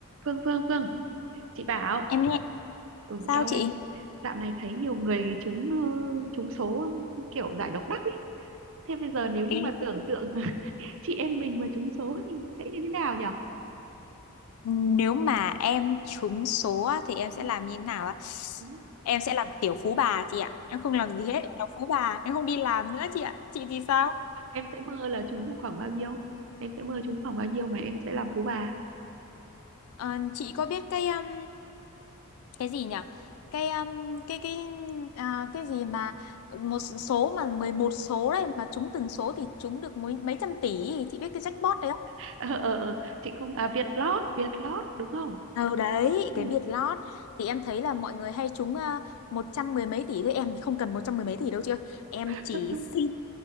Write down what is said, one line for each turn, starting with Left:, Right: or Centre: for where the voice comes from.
Right: Phương Phương Phương chị bảo
Left: Em nghe
Right: ừ
Left: sao
Right: eo
Left: chị?
Right: ơi dạo này thấy nhiều người trúng ờ, trúng số kiểu giải độc đắc ấy thế bây giờ nếu như
Left: Cái
Right: mà tưởng tượng <laughs> chị em mình mà trúng số thì sẽ như thế nào nhở
Left: nếu mà em trúng số á, thì em sẽ
Right: Ừ,
Left: làm như thế nào á?
Right: ừ.
Left: Em sẽ làm tiểu phú bà chị ạ. Em không làm gì hết, em làm phú bà, em không đi làm nữa chị ạ. Chị thì sao?
Right: em sẽ mơ là trúng là khoảng bao nhiêu em sẽ mơ trúng khoảng bao nhiêu mà em sẽ làm phú bà
Left: Ờ, chị có biết cái um, cái gì nhỉ? Cái um, cái cái à, cái gì mà một số mà 11 số đấy mà trúng từng số thì trúng được mấy mấy trăm tỷ, chị biết cái jackpot đấy không?
Right: <laughs> ờ ờ ờ chị không à Việt Lót Việt Lót đúng không
Left: Ừ đấy,
Right: Ừ.
Left: cái Việt Lót thì em thấy là mọi người hay trúng ờ, một trăm mười mấy tỷ với em thì không cần một trăm mười mấy tỷ đâu chị ơi. Em
Right: <laughs>
Left: chỉ xin